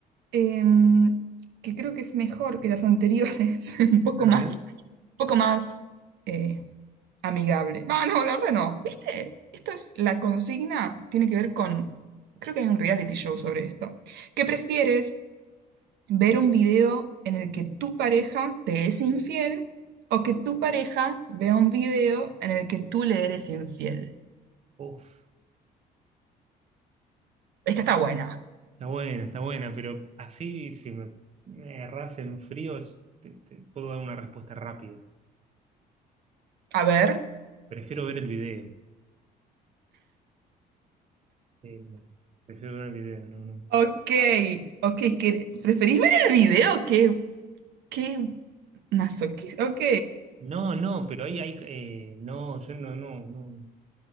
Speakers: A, on the right; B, on the right.
A: em, que creo que es mejor que las anteriores, <laughs> un poco
B: A
A: más,
B: ver.
A: un poco más eh, amigable. Ah, no, la verdad no. ¿Viste? Esto es la consigna, tiene que ver con, creo que hay un reality show sobre esto. ¿Qué prefieres? ¿Ver un video en el que tu pareja te es infiel o que tu pareja vea un video en el que tú le eres infiel?
B: Uf.
A: Esta está buena.
B: Está buena, está buena, pero así si me, me agarrás en frío es- te, te puedo dar una respuesta rápida.
A: A ver.
B: Prefiero ver el video. Eh, no. Prefiero ver el video, no, no.
A: Ok, ok, que- ¿preferís ver el video? ¿Qué, qué masoquista? Ok.
B: No, no, pero ahí hay... eh, no, yo no, no, no,